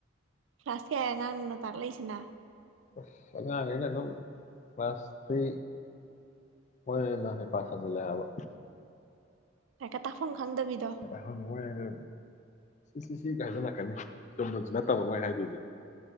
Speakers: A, on the right (about 80°); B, on the left (about 40°).
A: ꯀ꯭ꯂꯥꯁ ꯀꯌꯥꯏ ꯑꯉꯥꯡꯅꯅꯣ ꯇꯥꯛꯂꯛꯏꯁꯤꯅ꯫
B: ꯑꯁ ꯑꯉꯥꯡꯈꯩꯅ ꯑꯗꯨꯝ ꯀ꯭ꯂꯥꯁ ꯊ꯭ꯔꯤ ꯃꯣꯏ ꯑꯣꯏꯅ ꯍꯩꯄꯥ ꯁꯥꯖꯤꯜꯂꯛꯑꯦ ꯍꯥꯏꯕ꯫
A: ꯂꯥꯏꯛꯀ ꯇꯥꯛꯐꯝ ꯈꯪꯗꯕꯤꯗꯣ
B: ꯍꯪꯉ ꯁꯤ ꯁꯤ ꯀꯥꯏꯖꯜꯂꯛꯀꯅꯤ ꯆꯨꯝꯕꯟꯁꯨ ꯅꯠꯇꯕ ꯃꯣꯏ ꯍꯥꯏꯗꯣꯏꯁꯦ